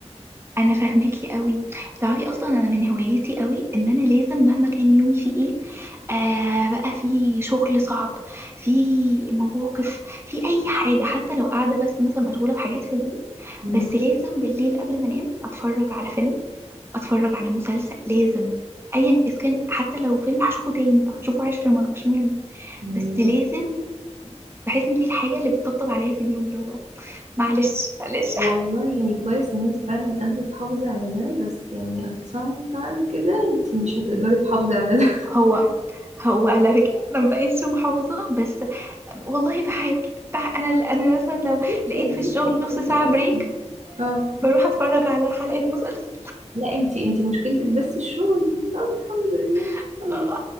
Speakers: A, on the right; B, on the right.
A: انا فاهماكي قوي تعرفي اصلا انا من هوايتي قوي ان انا لازم مهما كان يومي فيه ايه آه بقى في شغل صعب في مواقف في اي حاجه حتى لو قاعده بس مثلا مشغوله بحاجات في البيت
B: <laughs>
A: بس لازم بالليل قبل ما انام اتفرج على فيلم اتفرج على مسلسل لازم ايا اذا كان حتى لو فيلم هشوفه تاني او هشوفه عشر مرات مش مهم
B: والله
A: بس لازم بحس ان دي الحاجه اللي بتطبطب عليا في اليوم اللي هو معلش معلش
B: والله يعني كويس ان انت فعلا قادرة تحافظي على ده بس يعني at some time كده انت مش هتقدري تحافظي على ده
A: <laughs> هو هو على فكرة أنا مبقتش محافظة بس والله بحاول بح... أنا أنا مثلا لو
B: <laughs> لسه
A: لقيت
B: لسه
A: في الشغل نص
B: هتلاقي
A: ساعة
B: تقلبي.
A: بريك
B: اه
A: بروح أتفرج على حلقة مسلسل
B: لا انت انت مشكلتك بس الشغل طب الحمد لله
A: <laughs>
B: طيب.
A: آه،